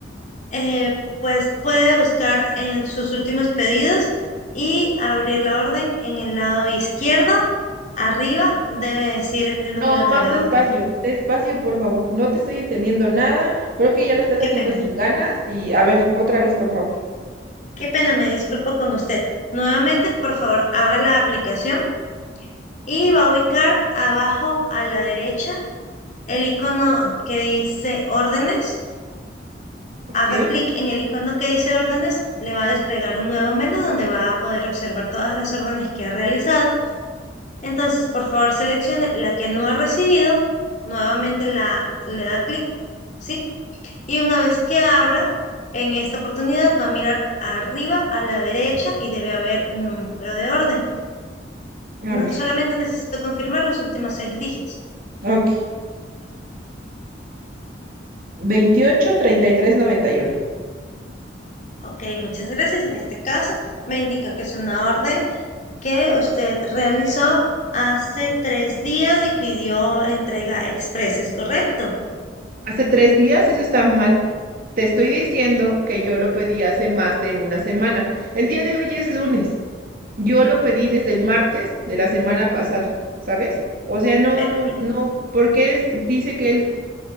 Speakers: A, on the left; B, on the right.
A: Eh, pues puede buscar en sus últimos pedidos y abrir la orden en el lado izquierdo. Arriba debe decir el número
B: No,
A: de
B: más
A: la
B: despacio,
A: orden.
B: despacio, por favor. No te estoy entendiendo nada. Creo que ya lo estás
A: Qué
B: haciendo
A: pena,
B: sin ganas. Y a ver, otra vez, por favor.
A: qué pena, me disculpo con usted. Nuevamente, por favor, abra la aplicación y va a ubicar abajo a la derecha el icono que dice órdenes,
B: Ok,
A: haga clic en el icono que dice órdenes, le va a desplegar un nuevo menú donde va a poder observar todas las órdenes que ha realizado. Entonces, por favor, seleccione la que no ha recibido, nuevamente la, le da clic, ¿sí? Y una vez que abra, en esta oportunidad va a mirar arriba a la derecha y debe haber un número de orden.
B: a
A: No-
B: ver.
A: solamente necesito confirmar los últimos seis dígitos.
B: Ok. Veintiocho treinta y tres noventa y uno.
A: Ok, muchas gracias. En este caso, me indica que es una orden que usted realizó hace tres días y pidió entrega express, ¿es correcto?
B: Hace tres días, eso está mal. Te estoy diciendo que yo lo pedí hace más de una semana. El día de hoy es lunes. Yo lo pedí desde el martes de la semana pasada, ¿sabes? O sea, no,
A: Permí-
B: no, no. ¿Por qué es- dice que el